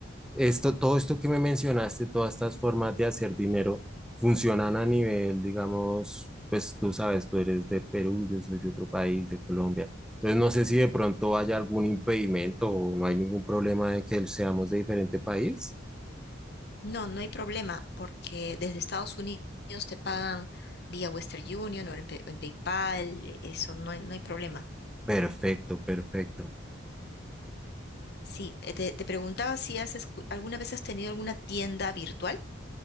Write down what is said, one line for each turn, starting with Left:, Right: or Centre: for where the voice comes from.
Centre: esto, todo esto que me mencionaste, todas estas formas de hacer dinero, funcionan a nivel, digamos, pues tú sabes, tú eres de Perú, yo soy de otro país, de Colombia. Entonces no sé si de pronto haya algún impedimento o no hay ningún problema de que seamos de diferente país.
Left: No, no hay problema, porque desde Estados Unidos te pagan vía Western Union o en, Pe- en PayPal, e- eso no hay, no hay problema.
Centre: Perfecto, perfecto.
Left: Sí, eh, te, te preguntaba si has escu- alguna vez has tenido alguna tienda virtual.